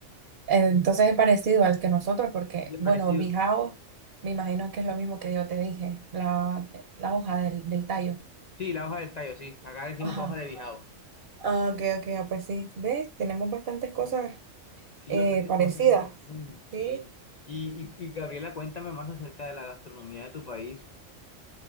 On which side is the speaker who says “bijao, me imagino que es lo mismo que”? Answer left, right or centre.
Right